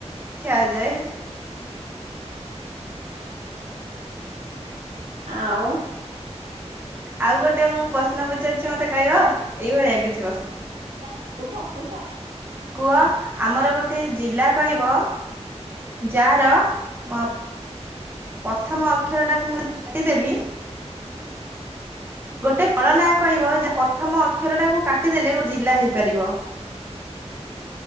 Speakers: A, on the right; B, on the right.
A: ଖିଆ ଯାଏ।
B: ଆଉ।
A: ଆଉ ଗୋଟେ ମୁଁ ପ୍ରଶ୍ନ ପଚାରୁଛି ମତେ କହିବ ଏଇଭଳିଆ କିଛି ପ୍ରଶ୍ନ?
B: ହଁ କୁହ କୁହ।
A: କୁହ ଆମର ଗୋଟେ ଜିଲ୍ଲା କହିବ? ଯାହାର ମ ପ୍ରଥମ ଅକ୍ଷରଟାକୁ ମୁଁ ଯଦି କାଟି ଦେବି। ଗୋଟେ ପଳନା କହିବ, ଯେ ପ୍ରଥମ ଅକ୍ଷର ଟାକୁ କାଟି କାଟି ଦେଲେ ଗୋଟେ ଜିଲ୍ଲା ହେଇପାରିବ।